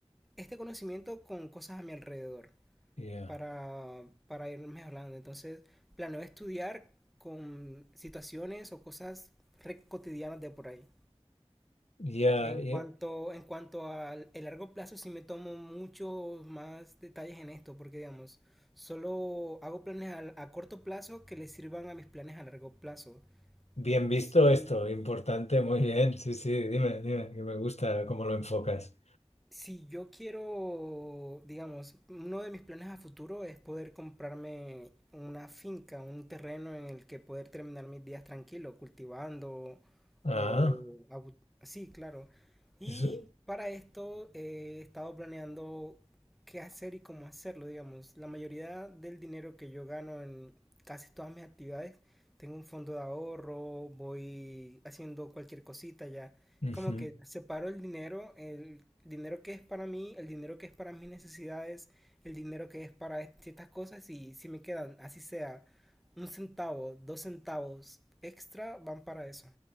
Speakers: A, in the centre; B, on the left.
A: este conocimiento con cosas a mi alrededor
B: ya.
A: para, para ir mejorando. Entonces, planeo estudiar con situaciones o cosas re cotidianas de por ahí.
B: Ya,
A: En
B: ya.
A: cuanto, en cuanto al el largo plazo, sí me tomo muchos más detalles en esto, porque digamos, solo hago planes a, a corto plazo que le sirvan a mis planes a largo plazo.
B: Bien visto
A: Si,
B: esto, importante, muy bien. Sí, sí, dime, dime, que me gusta cómo lo enfocas.
A: Si yo quiero, digamos, uno de mis planes a futuro es poder comprarme una finca, un terreno en el que poder terminar mis días tranquilo, cultivando
B: Ah,
A: o... abu- Sí, claro. Y
B: eso-
A: para esto eh, he estado planeando qué hacer y cómo hacerlo, digamos. La mayoría del dinero que yo gano en casi todas mis actividades, tengo un fondo de ahorro, voy haciendo cualquier cosita ya
B: ujú.
A: como que separo el dinero, el dinero que es para mí, el dinero que es para mis necesidades, el dinero que es para est- ciertas cosas y si me quedan, así sea, un centavo, dos centavos extra, van para eso.